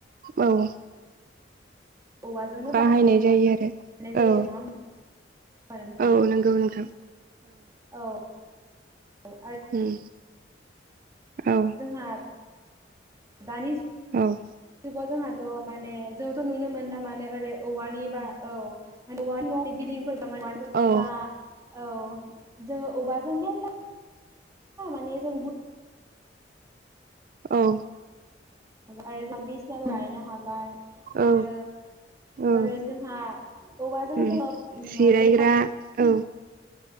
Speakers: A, on the right; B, on the right.
A: औ
B: औवाजोंनो
A: बाहायनाय जायो आरो
B: बानायनाय जायो
A: औ
B: नङा होमबा नोंथां
A: औ नंगौ नोंथां
B: औ आरो
A: हम औ
B: जोंहा दानि जु
A: औ
B: गाव जोंहाथ' माने जोंथ' नुनो मोनला माने ओरै औवानि बा औ औवानि न' बिल्डिं फोर
A: औ
B: बा औ जोङो औवाजों मेरला माने जों
A: औ
B: आरो जों बिसनाबो बानायनो हाबाय।
A: औ
B: आरो
A: औ
B: ओरै जोंहा औवाजों
A: उम
B: जोङो ओ
A: जिरायग्रा
B: लेखा
A: औ